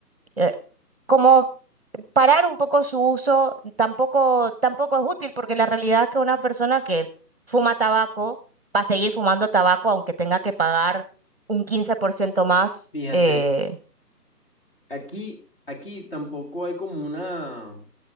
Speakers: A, on the right; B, on the left.
A: eh, como parar un poco su uso tampoco, tampoco es útil porque la realidad es que una persona que fuma tabaco va a seguir fumando tabaco aunque tenga que pagar un 15% más.
B: Fíjate,
A: eh,
B: Aquí, aquí tampoco hay como una,